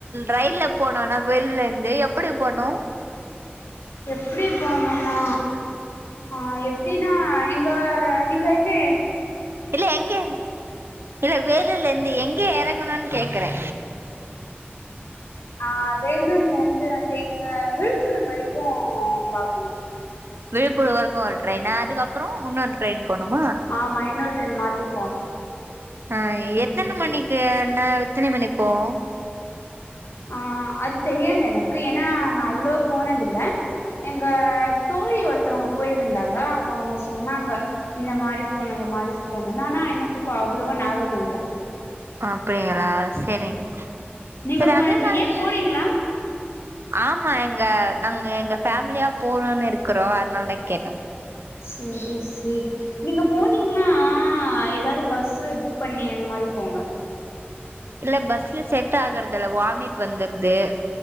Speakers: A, on the right (about 70°); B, on the left (about 80°).
A: ரயில்ல போனோனா வேலூர்லந்து எப்படி போனோ
B: எப்டி போனுனா ஆ எப்டின்னா எங்க நீங்க எங்கு
A: இல்ல எங்கே இல்ல வேலூர்லந்து எங்கே எறங்கனுன் கேக்குறே
B: ஆ வேலூர்லந்து வந்து எங்க விழுப்புரோ வரைக்கோ பாக்கணு
A: விழுப்புரோ வரைக்கு ஒரு ட்ரெயினா அதுக்கப்றோ உன்னொரு ட்ரெயின் போணுமா
B: ஆமா இன்னொரு ட்ரெயின் மாத்தி போணு
A: ஆ எத்தன மணிக்கு என்ன எத்தினி மணி போவோ
B: ஆ அது தெரியாது எனக்கு ஏன்னா நா அவ்ளோ போனதில்ல எங்க தோழி ஒருத்தவங்க போயிருந்தாங்க அப்போ அவுங்க சொன்னாங்க இந்த மாரி போணு இந்த மாரிஸ் போணு ஆனா எனக்குக் அவ்ளோவா ஞாபகோ இல்ல
A: அப்டிங்களா செரிங்
B: நீங்க
A: செர்
B: போனதில்ல
A: அதே மாரி
B: ஏ போறீங்களா
A: ஆமா எங்க நாங்க எங்க ஃபேமிலியா போறோனு இருக்குறோ அதனாலதா கேட்டய்
B: செரி செரி நீங்க போனீங்ன்னா எதாவ்து பஸ்சு புக் பண்ணி அந்த மாரி போங்க
A: இல்ல பஸ்ல செட் ஆகற்துல்ல வாமிட் வந்துர்து